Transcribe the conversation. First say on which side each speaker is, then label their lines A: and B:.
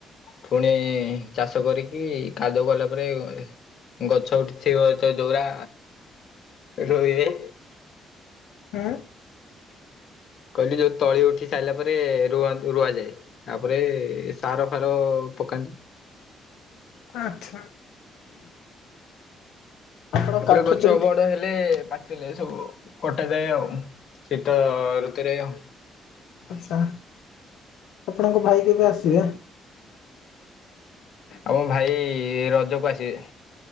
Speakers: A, on the left; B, on the left.
A: ଫୁଣି ଚାଷ କରିକି କାଦୁଅ କଲା ପରେ ଗଛ ଉଠି ଥିବତ ଯୋଉରା ରୋଇବେ।
B: ଆଁ।
A: କହିଲି ଯୋଉ ତଳି ଉଠି ସାଇଲା ପରେ ରୁଅନ୍ତି ରୁଆଯାଏ। ତାପରେ ସାର ଫାର ପକାନ୍ତି।
B: ଆଚ୍ଛା। ଆପଣ
A: ତାପରେ
B: କାଠ
A: ଗଛ
B: ଚୁଲି
A: ବଡ ହେ ଲେ ପାଚିଲେ ସବୁ କଟାଯାଏ ଆଉ ଶୀତ ଋତୁରେ ଆଉ।
B: ଆଛା, ଆପଣଙ୍କ ଭାଇ କେବେ ଆସିବେ?
A: ଆମ ଭାଇ ରଜକୁ ଆସିବେ।